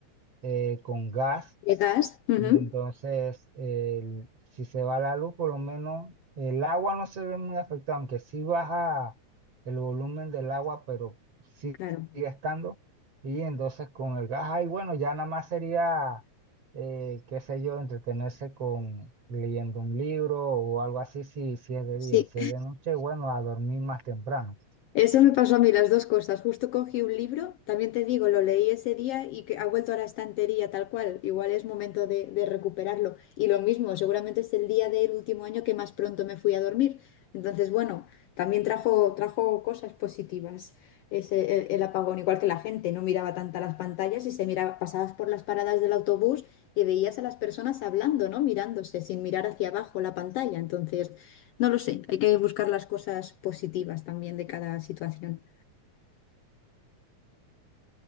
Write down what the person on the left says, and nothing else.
¿De gas? Ujú,
Claro.
Sí.
Eso me pasó a mí las dos cosas. Justo cogí un libro, también te digo, lo leí ese día y que ha vuelto a la estantería tal cual. Igual es momento de, de recuperarlo. Y lo mismo, seguramente es el día del último año que más pronto me fui a dormir. Entonces, bueno, también trajo, trajo cosas positivas ese, el, el apagón, igual que la gente no miraba tanta las pantallas y se miraba, pasabas por las paradas del autobús y veías a las personas hablando, ¿no? Mirándose sin mirar hacia abajo la pantalla. Entonces, no lo sé, hay que buscar las cosas positivas también de cada situación.